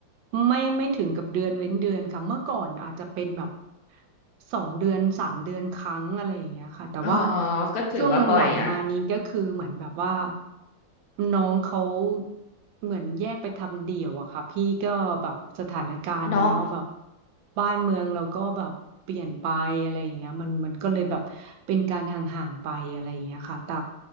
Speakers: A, on the right; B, on the left.
A: ไม่ไม่ถึงกับเดือนเว้นเดือนค่ะเมื่อก่อนอาจจะเป็นแบบสองเดือนสามเดือนครั้งอะไรอย่างเงี้ยค่ะแต่ว่า
B: อ๋อก็ถือว่าบ่อยนะ
A: ช่วงหลังๆมานี้ก็คือเหมือนแบบว่าน้องเขาเหมือนแยกไปทำเดี่ยวอะค่ะพี่ก็แบบสถานการณ์นะเนาะแบบ
B: น้อง
A: บ้านเมืองเราก็แบบเปลี่ยนไปอะไรอย่างเงี้ยมันมันก็เลยแบบเป็นการห่างๆไปอะไรอย่างเงี้ยค่ะแต่